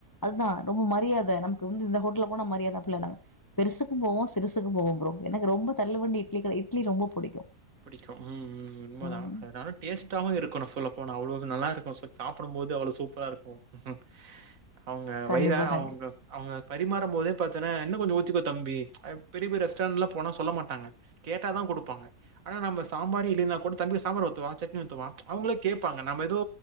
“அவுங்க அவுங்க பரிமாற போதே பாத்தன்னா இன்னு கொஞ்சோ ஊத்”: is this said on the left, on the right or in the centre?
Right